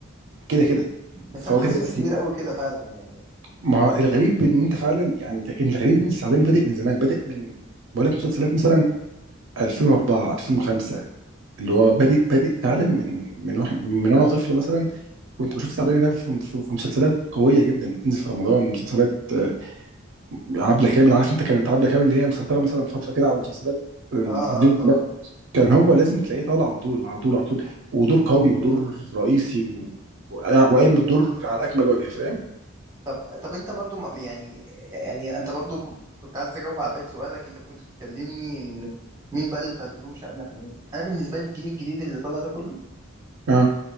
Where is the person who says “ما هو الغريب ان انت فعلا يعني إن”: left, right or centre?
Right